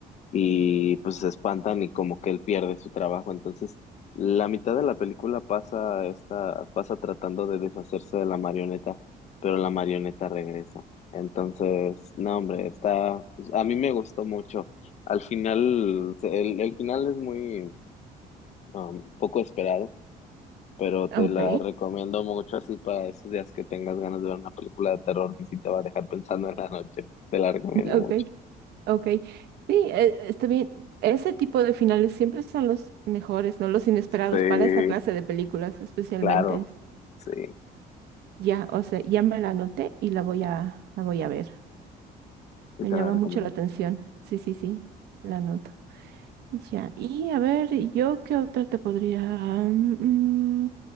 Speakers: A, on the left; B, on the right.
A: y pues se espantan y como que él pierde su trabajo. Entonces, la mitad de la película pasa esta, pasa tratando de deshacerse de la marioneta, pero la marioneta regresa. Entonces, no, hombre, está, a mí me gustó mucho. Al final, se- el, el final es muy um, poco esperado, pero te
B: Ok.
A: la recomiendo mucho así para esos días que tengas ganas de ver una película de terror que sí te va a dejar pensando en la noche. Te la recomiendo
B: Ok.
A: mucho.
B: Ok. Sí, eh, está bien. Ese tipo de finales siempre son los mejores, ¿no? Los inesperados
A: Sí,
B: para esta clase de películas, especialmente.
A: claro,
B: es-
A: sí.
B: Ya, o sea, ya me la anoté y la voy a, la voy a ver.
A: y
B: Me
A: te
B: llama
A: la recomiendo.
B: mucho la atención. Sí, sí, sí. La anoto. Ya, y a ver, yo qué otra te podría... mm, mm,